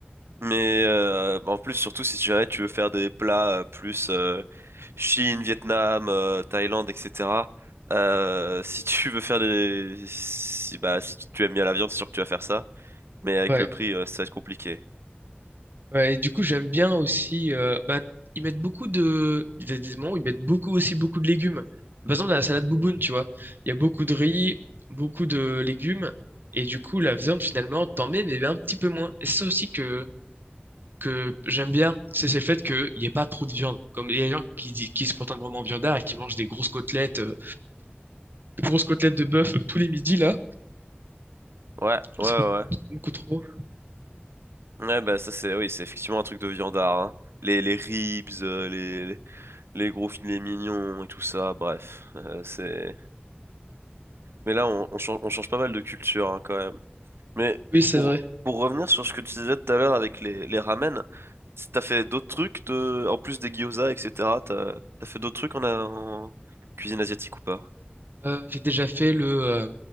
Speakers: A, on the right; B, on the right.
A: Mais euh, en plus, surtout si jamais tu veux faire des plats euh, plus euh, Chine, Vietnam, euh, Thaïlande, etc. euh, <laughs> si tu veux faire des... Si, bah, si tu aimes bien la viande, c'est sûr que tu vas faire ça. Mais avec
B: Ouais.
A: le prix, euh, ça va être compliqué.
B: Ouais, et du coup, j'aime bien aussi. euh, bah, ils mettent beaucoup de. Il y a des moments où ils mettent beaucoup aussi beaucoup de légumes. Par exemple, dans la salade bouboune, tu vois. Il y a beaucoup de riz, beaucoup de légumes. Et du coup, la viande, finalement, t'en mets, mais un petit peu moins. Et c'est ça aussi que, que j'aime bien. C'est c'est le fait qu'il n'y ait pas trop de viande. Comme il y a des gens qui, di- qui se contentent vraiment de viandard et qui mangent des grosses côtelettes, euh, des grosses côtelettes de bœuf tous les midis, là.
A: Ouais, ouais,
B: C'est beaucoup,
A: ouais.
B: c'est beaucoup trop.
A: Ouais, bah ça c'est oui, c'est effectivement un truc de viandard, hein. Les, les ribs, euh, les, les gros filets mignons et tout ça, bref. euh, c'est... Mais là, on, on change, on change pas mal de culture hein, quand même. Mais
B: Oui, c'est
A: pour,
B: vrai.
A: pour revenir sur ce que tu disais tout à l'heure avec les, les ramen, t'as fait d'autres trucs de... en plus des gyoza, etc. T'as, t'as fait d'autres trucs en, en cuisine asiatique ou pas?
B: Euh, j'ai déjà fait le. euh,